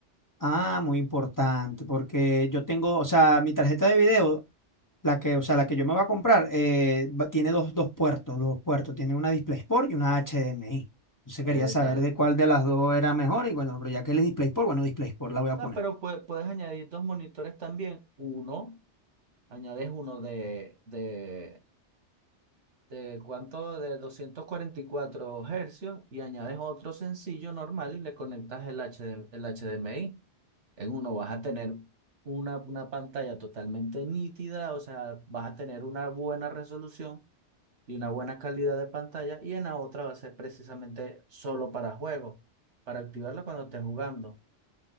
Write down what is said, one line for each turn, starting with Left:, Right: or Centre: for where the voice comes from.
Left: Ah, muy importante, porque yo tengo, o sea, mi tarjeta de video, la que, o sea, la que yo me voy a comprar, eh, va- tiene dos, dos puertos, dos puertos, tiene una DisplayPort y una HDMI. Entonces
Right: Exacto.
Left: quería saber de cuál de las dos era mejor y bueno, pero ya que él es DisplayPort, bueno, DisplayPort la voy a
Right: No,
Left: poner.
Right: pero pue- puedes añadir dos monitores también. Uno, añades uno de, de, de cuánto, de 244 hercios y añades otro sencillo normal y le conectas el HD el HDMI. En uno vas a tener una, una pantalla totalmente nítida, o sea, vas a tener una buena resolución y una buena calidad de pantalla y en la otra va a ser precisamente solo para juegos, para activarlo cuando estés jugando.